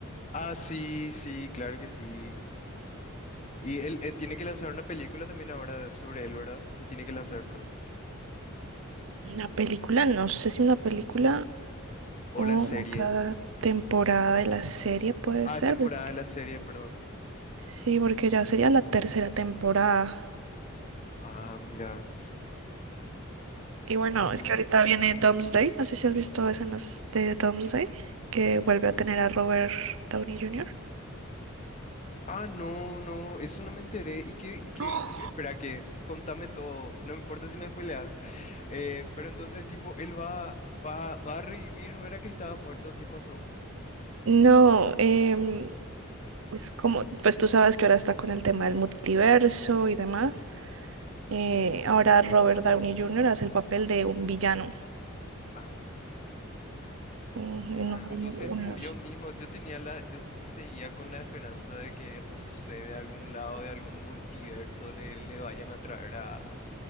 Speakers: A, on the left (about 35°); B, on the right (about 70°).
A: Ah, sí, sí, claro que sí. Y él eh, tiene que lanzar una película también ahora sobre él, ¿verdad? Se tiene que lanzar, perdón.
B: Una película, no sé si una película
A: O
B: o
A: la serie.
B: o cada temporada de la serie puede
A: Ah,
B: ser.
A: temporada
B: porque-
A: de la serie, perdón.
B: Sí, porque ya sería la tercera temporada.
A: Ah, mira.
B: Y bueno,
A: Y...
B: es que ahorita viene Doomsday. No sé si has visto escenas de Doomsday, que vuelve a tener a Robert Downey Jr.
A: Ah, no, no, eso no me enteré. ¿Y qué, qué-
B: ¡Oh!
A: y- espera que, contame todo, no me importa si me spoileas. Eh, pero entonces, tipo, él va, va, va a revivir, ¿no era que estaba muerto? ¿Qué pasó?
B: No, em, es como, pues tú sabes que ahora está con el tema del multiverso y demás. Eh, ahora Robert Downey Jr. hace el papel de un villano
A: Ah,
B: mm,
A: mira,
B: en otro
A: entonces
B: universo.
A: murió mismo. Yo tenía la, yo seguía con la esperanza de que, no sé, de algún lado, de algún multiverso le, le vayan a traer a,